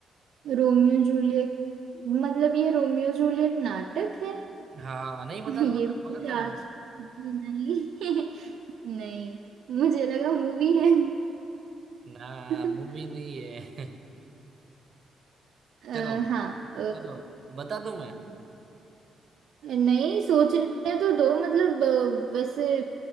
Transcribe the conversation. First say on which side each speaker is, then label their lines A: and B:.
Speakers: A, on the right (about 70°); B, on the right (about 45°).
A: रोमियो जूलियट मतलब ये रोमियो जूलियट नाटक है
B: हाँ नहीं
A: <laughs>
B: पता
A: ये
B: था ना
A: मुझे
B: बोला था ना
A: आज
B: मैं।
A: नहीं <laughs> नहीं मुझे लगा मूवी है
B: <laughs> ना
A: <laughs>
B: मूवी नहीं है <laughs>
A: अ,
B: चलो
A: हाँ अ,
B: चलो बता दूं मैं
A: नहीं सोचने तो दो मतलब अ, वैसे